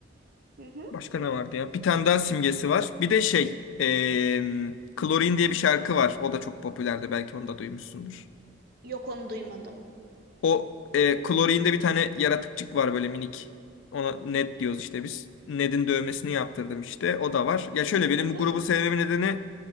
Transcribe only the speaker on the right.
hı hı.
Yok onu duymadım.
Hı hı,